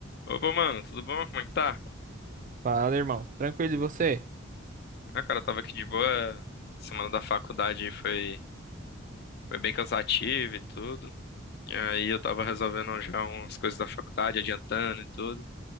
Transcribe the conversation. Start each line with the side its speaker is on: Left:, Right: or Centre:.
Left: Opa, mano, tudo bom? Como é que tá?
Right: Fala, irmão. Tranquilo, e você?
Left: Ah, cara, eu tava aqui de boa. Semana da faculdade aí foi, foi bem cansativa e tudo. E aí eu tava resolvendo já umas coisas da faculdade, adiantando e tudo.